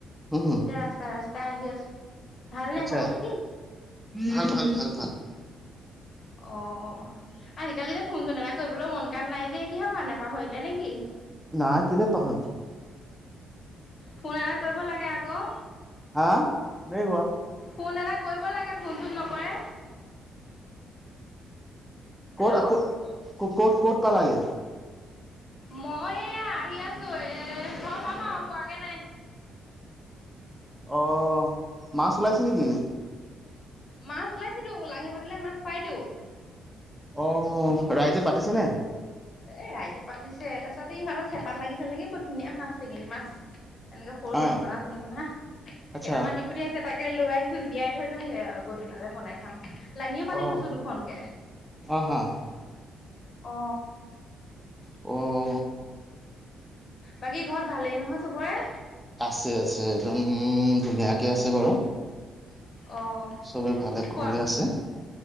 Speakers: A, in the centre; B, on the left.
A: উম, হম।
B: এতিয়া ৰাস্তা ৰাস্তা আহি আছো, ভাল
A: আচ্ছা
B: নে খবৰ খাতি।
A: ভাল ভাল ভাল ভাল।
B: অ' আজিকালি যে ফোন চোন এটা কৰিবলৈ মন কান নাই যে কিহৰ কাৰণে পাহৰিলে নেকি।
A: নাই কেলে পাহৰিম।
B: ফোন এটা কৰিব লাগে আকৌ।
A: হা <unintelligible>
B: ফোন এটা কৰিব লাগে ফোন চোন নকৰে। হেল্ল'
A: ক'ত ক- ক'ত ক'ত পালাগে।
B: মই এয়া আহি আছো এ ঘৰত পাম আৰু পোৱাগে নাই।
A: অ' মাছ ওলাইছে নেকি।
B: মাছ ওলাইছেটো <unintelligible> পাতিলে মাছ পায়তো।
A: অ' ৰাইজে পাতিছেনে।
B: এ ৰাইজে পাতিছে তাৰপিছত এই ইহঁতৰ চেপাত লাগিছিল নেকি বৰত ধুনীয়া মাছ চেঙেলি মাছ। এনেকে সৰু দুনিকনা
A: অ
B: চনিকনা, কেইটামান
A: আচ্ছা
B: দি পঠিয়াইছে। তাকে লৈ আহিছো জীয়াই থৈ দিওঁগে গধূলালে বনাই খাম। লাঙিও পাতি
A: অ
B: থৈছো দুখনকে,
A: অ হা
B: অ'।
A: অ'।
B: বাকী ঘৰত ভালেই নহয় চবৰে।
A: আছে আছে একদম ধুনীয়াকে আছে বাৰু।
B: অ'
A: চবেই ভালে
B: খোৱা
A: কুশলেই আছে।